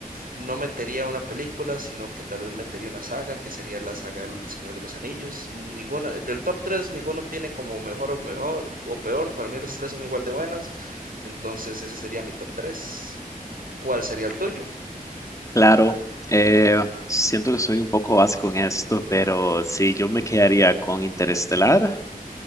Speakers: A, on the right; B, on the left.
A: no metería una película, sino que tal vez metería una saga, que sería la saga del Señor de los Anillos. Ninguna, del top 3 ninguno tiene como mejor o mejor o peor. Para mí los tres son igual de buenas. Entonces ese sería mi top tres. ¿Cuál sería el tuyo?
B: Claro, eh, siento que soy un poco básico en esto, pero sí, yo me quedaría con Interestelar,